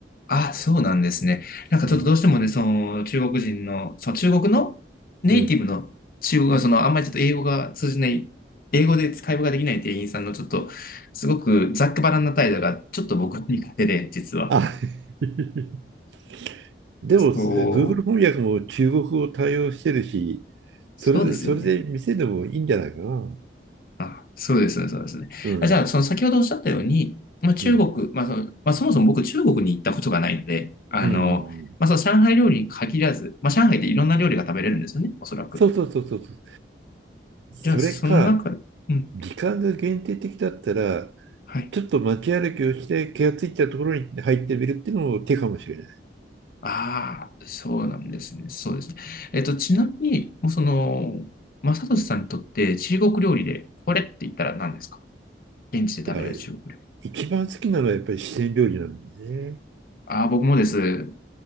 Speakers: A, on the left (about 50°); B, on the right (about 80°).
A: あ、そうなんですね。なんかちょっとどうしてもね、
B: うん、
A: その中国人の、その中国のネイティブの中国が、
B: うん
A: そのあんまりちょっと英語が通じない、英語で会話ができない店員さんのちょっと、すごくざっくばらんな態度が、ちょっと僕に勝手で、実は。
B: あ、<laughs> でも、
A: そう、
B: Google 翻訳も中国語対応してるし、それで、
A: そうですよね。
B: それで見せてもいいんじゃないかな。
A: あ、そうですね、そうですね。
B: うん。
A: あ、じゃあ、その先ほどおっしゃったように、まあ、中国、
B: うん。
A: まあその、まあ、そもそも僕中国に行ったことがないので、あの、
B: うんうんうん。
A: まあ、その上海料理に限らず、まあ、上海っていろんな料理が食べれるんですよね、おそらく。
B: そうそうそうそうそう。
A: じゃあ、
B: それか、
A: その中、うん
B: 時間が限定的だったら、
A: はい。
B: ちょっと街歩きをして気がついたところに入ってみるっていうのも手かもしれない。
A: ああ、そうなんですね。そうですね。えっと、ちなみに、もうその、正俊さんにとって中国料理で、これって言ったら何ですか現地で食べられる中国料理。
B: いや、一番好きなのはやっぱり四川料理なんでね。
A: ああ、僕もです。